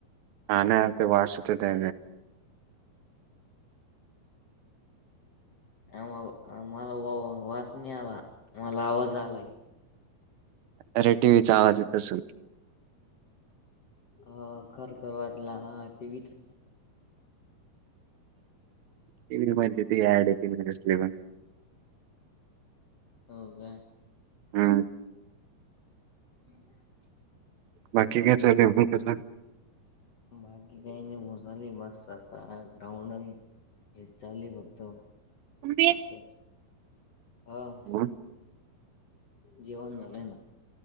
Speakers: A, on the right (about 75°); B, on the left (about 45°).
A: ह नाही ते वाचत त्या
B: आम्हाला आम्हाला वा वा. आला मला आवाज आलाय.
A: अर टी व्हीचा आवाज येत असल.
B: अ खरखर वाटला हा तेच
A: टी व्ही मध्ये ते ऍड येसले पण
B: हो का?
A: हा.
B: हम्.
A: बाकी काय चाले कसा?
B: बाकी काही नाही भू झाली बस आता ग्राउंड चाली फघतो
A: हं
B: आप हा.
A: हा.
B: जेवण झालंय ना